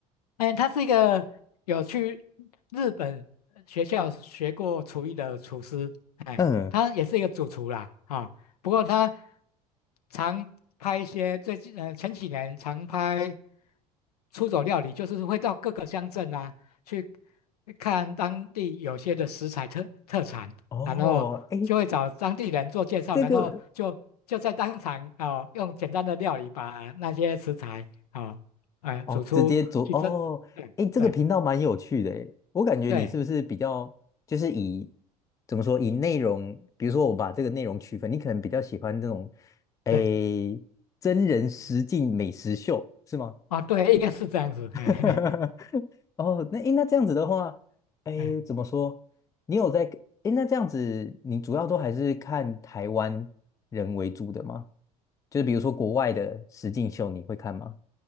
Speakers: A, on the left (about 75°); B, on the left (about 15°).
A: 哎，他是一个有去日本学校学过厨艺的厨师，哎，
B: 嗯，
A: 他也是一个主厨啦，啊、不过他常拍一些最近呃前几年常拍出走料理，就是会到各个乡镇啊去看当地有些的食材特特产，
B: 哦，
A: 然后就会找当地人做介绍，
B: 哎，这个。
A: 然后就就在当场啊、哦用简单的料理把那些食材啊、哦哎，
B: 哦，
A: 走出征这对对
B: 直接做哦，哎，这个频道蛮有趣的诶，我感觉你是不是比较就是以
A: 对
B: 怎么说以内容，比如说我把这个内容区分，你可能比较喜欢那种哎
A: 对，
B: 真人实境美食秀是吗？
A: 啊，对，应该是这样子，
B: <laughs>
A: 哎
B: 哦，那哎那这样子的话，哎怎么说？
A: 哎，
B: 你有在哎那这样子，你主要都还是看台湾人为主的吗？就是比如说国外的实境秀，你会看吗？